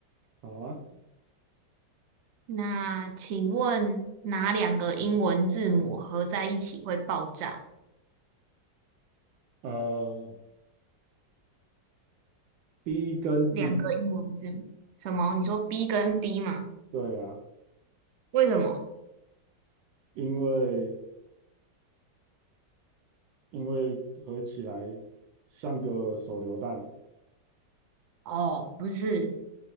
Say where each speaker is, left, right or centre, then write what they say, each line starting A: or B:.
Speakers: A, on the right; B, on the right.
A: 好啊，
B: 那请问哪两个英文字母合在一起会爆炸？
A: 呃，B 跟
B: 两个英文字母，
A: D，
B: 什么？你说 B 跟 D 吗？
A: 对啊，
B: 为什么？
A: 因为因为合起来像个手榴弹。
B: 哦，不是，